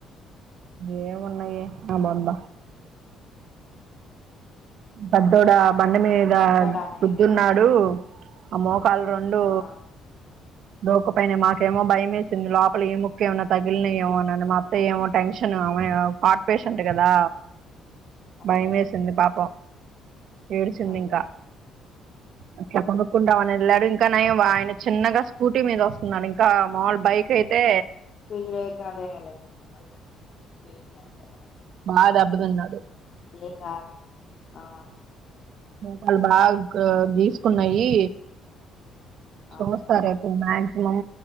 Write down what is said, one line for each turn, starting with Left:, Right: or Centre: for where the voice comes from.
Right: ఏమి ఉన్నాయే నా బొంద పెద్దొడ బండ మీద
Left: వచ్చాడా అన్నయ్య
Right: పొద్దున్నాడు అమో పల్ రెండు
Left: ఆ
Right: దోకపైన మాకేమో భయం వేసింది లోపల ఏ ముక్కే ఏమన్నా తగిలినయి ఏమో అని మా అత్త ఏమో టెన్షన్ హార్ట్ పేషెంట్ కదా
Left: అదే
Right: భయమేసింది
Left: అదే
Right: పాపం ఏడుచింది
Left: అయ్యో
Right: ఇంకా అట్లా కొనుక్కుంటామని వెళ్ళడు ఇంకా నయం ఆయన చిన్నగా స్కూటీ మీద వస్తున్నాడు ఇంకా మాముూలు బైక్ అయితే
Left: <unintelligible>
Right: మాద దెబ్బ తినడు
Left: డెక్క ఆ
Right: వాళ్ళు బాగా గీసుకున్నాయి
Left: ఆ
Right: సుమస్తారే మాక్సిమం